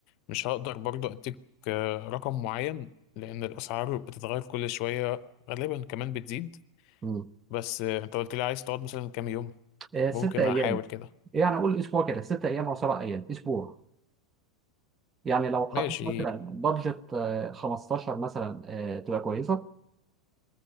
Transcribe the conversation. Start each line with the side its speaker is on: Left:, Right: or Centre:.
Left: مش هقدر برضو أديك آه، رقم معين لأن الأسعار بتتغير كل شوية غالبا كمان بتزيد
Right: مم.
Left: بس آه، أنت قلت لي عايز تقعد مثلا كام يوم
Right: آه،
Left: ممكن
Right: ست ايام
Left: أحاول كده
Right: يعني اقول اسبوع كده ست ايام او سبع ايام اسبوع يعني لو حطيت
Left: ماشي
Right: مثلا بادجت آه، 15 مثلا آه، تبقى كويسه